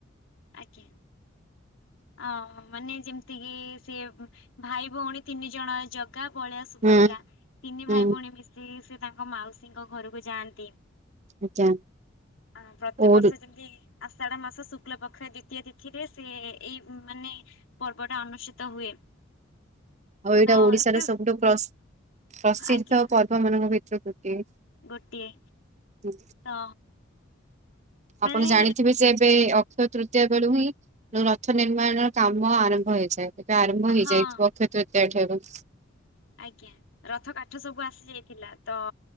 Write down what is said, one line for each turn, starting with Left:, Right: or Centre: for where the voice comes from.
Left: ଆଜ୍ଞା। ଅ ମାନେ ଯେମିତି କିି ସିଏ ଭାଇ ଭଉଣୀ ତିନି ଜଣ ଜ ଗା ବଳିଆ ସୁଭଦ୍ରା
Right: ହୁଁ
Left: ତିନି ଭାଇ
Right: ହୁଁ
Left: ଭଉଣୀ ମିଶିକି ସେ ତାଙ୍କ ମାଉସୀଙ୍କ ଘରକୁ ଯାଆନ୍ତି।
Right: ଆଜ୍ଞା
Left: ଆ ପ୍ରତିିବର୍ଷ
Right: ଓଡ
Left: ଯେମିତି ଆଷାଢ ମାସ ଶୁକ୍ଲ ପ କ୍ଷ ଦ୍ଵିତୀୟ ତିଥିରେ ସେ ଏଇ ମାନେ ପର୍ବ ଟା ଅନୁଷ୍ଠିତ ହୁଏ।
Right: ଆଉ ଏଇଟା
Left: ତ
Right: ଓଡିଶାର
Left: ଏତେ
Right: ସବୁଠୁ ପ୍ରସ ପ୍ରସିଦ୍ଧ
Left: ଆଜ୍ଞା
Right: ପର୍ବ ମାନଙ୍କ ଭିତରୁ ଗୋଟିଏ
Left: ଗୋଟିଏ
Right: ହୁଁ,
Left: ତ ମାନେ
Right: ଆପଣ ଜାଣିଥିବେ ଯେ ଏବେ ରଥ ତୃତୀୟା ବେଳୁ ହିଁ ରଥ ନିର୍ମାଣର କାମ ଆରମ୍ଭ ହେଇଥାଏ। ଏବେ ଆରମ୍ଭ ହେଇଯାଇଥିବ
Left: ହଁ
Right: ଅକ୍ଷୟ ତୃତୀୟା ଠାରୁ।
Left: ଆଜ୍ଞା ରଥ କାଠ ସବୁ ଆସିଯାଇଥିଲା। ତ